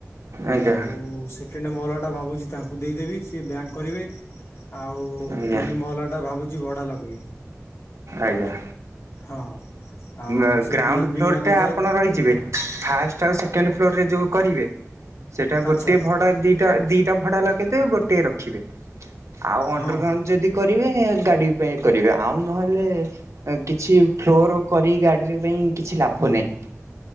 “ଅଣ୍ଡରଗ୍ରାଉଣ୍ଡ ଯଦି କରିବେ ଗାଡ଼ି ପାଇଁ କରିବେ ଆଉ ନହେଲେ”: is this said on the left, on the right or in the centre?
Right